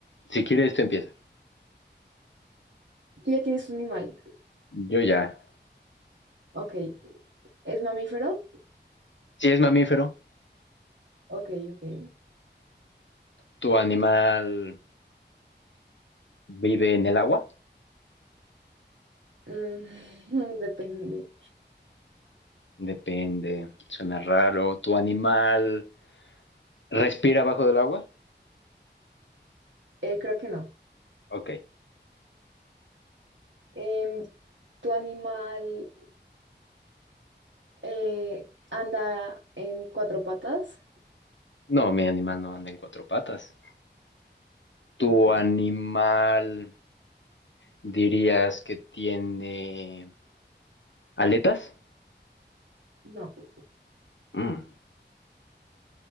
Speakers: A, on the left; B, on the right.
A: Si quieres, tú empieza.
B: Tú ya tienes un animal.
A: Yo ya.
B: Ok. ¿Es mamífero?
A: Si es mamífero,
B: Ok, ok.
A: ¿tu animal vive en el agua?
B: Mm, <laughs> depende.
A: Depende, suena raro. ¿Tu animal respira bajo del agua?
B: Eh, creo que no.
A: Ok.
B: Em, ¿tu animal Eh, anda en cuatro patas.
A: No, mi animal no anda en cuatro patas. ¿Tu
B: Ok.
A: animal dirías que tiene aletas?
B: No,
A: Mm,